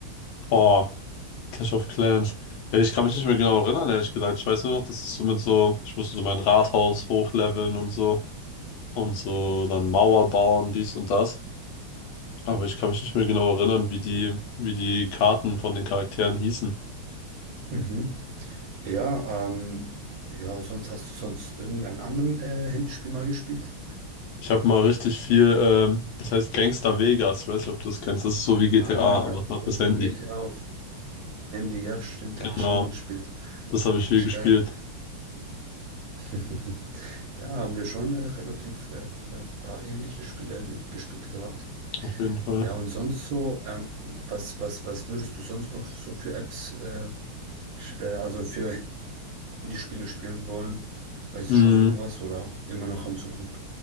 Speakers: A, on the left; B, on the right.
A: Boah, Clash of Clans. Ja, ich kann mich nicht mehr genau erinnern, ehrlich gesagt. Ich weiß nur noch, dass es so mit so, ich musste so mein Rathaus hochleveln und so und so dann Mauer bauen, dies und das. Aber ich kann mich nicht mehr genau erinnern, wie die, wie die Karten von den Charakteren hießen.
B: Mhm. Ja, ähm, ja, sonst hast du sonst irgendeinen anderen äh, Handyspiel mal gespielt?
A: Ich habe mal richtig viel, ähm, das heißt Gangster Vegas. Ich weiß nicht, ob du das kennst. Das ist so wie GTA,
B: Ah,
A: Ja,
B: ja,
A: aber
B: für
A: auf das Handy.
B: wie GTA auf Handy, ja, stimmt,
A: Genau.
B: habe ich schon mal gespielt.
A: Das habe ich
B: Richtig
A: viel gespielt,
B: geil. <laughs> Ja, haben wir schon äh, relativ äh, ein paar ähnliche Spiele ge- gespielt gehabt.
A: auf jeden Fall.
B: Ja, und sonst so, ähm, was, was, was würdest du sonst noch so für Apps, äh, sch- äh, also für Handyspiele spielen wollen? Weißt
A: Hm.
B: du schon irgendwas oder immer noch am Suchen?